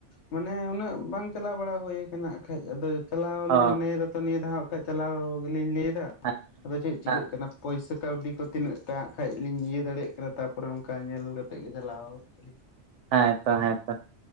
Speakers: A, on the left; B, on the right.
A: ᱢᱟᱱᱮ ᱩᱱᱟᱹᱜ ᱵᱟᱝ ᱪᱟᱞᱟᱣ ᱵᱟᱲᱟ ᱦᱩᱭ ᱠᱟᱱᱟ ᱠᱷᱟᱭ ᱟᱫᱚ᱾ ᱪᱟᱞᱟᱣ
B: ᱚ
A: ᱞᱤᱧ ᱢᱚᱱᱮᱭᱮᱫᱟ ᱛᱚ ᱱᱤᱭᱟᱹ ᱫᱷᱟᱣᱜ ᱠᱷᱟᱭ ᱪᱟᱞᱟᱣ ᱜᱮᱞᱤᱧ ᱞᱟᱹᱭᱮᱫᱟ
B: ᱦᱮᱸ
A: ᱟᱫᱚ ᱪᱮᱫ ᱪᱤᱠᱟᱹᱜ
B: ᱦᱮᱸ
A: ᱠᱟᱱᱟ᱾ ᱯᱚᱭᱥᱟ ᱠᱟᱹᱣᱰᱤ ᱠᱚ ᱛᱤᱱᱟᱹᱜ ᱴᱟᱜ ᱠᱷᱟᱭ ᱞᱤᱧ ᱤᱭᱟᱹ ᱫᱟᱲᱮᱭᱟᱜ ᱠᱟᱱᱟ ᱛᱟᱯᱚᱨᱮ ᱚᱱᱠᱟ ᱧᱮᱞ ᱠᱟᱛᱮ ᱜᱮ ᱪᱟᱞᱟᱣ ᱟᱹᱞᱤᱧ᱾
B: ᱦᱮᱸᱛᱚ ᱦᱮᱸᱛᱚ᱾